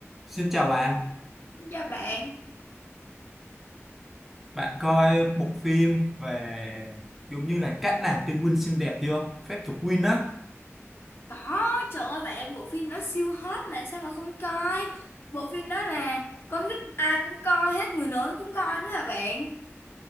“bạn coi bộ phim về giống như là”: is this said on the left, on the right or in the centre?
Centre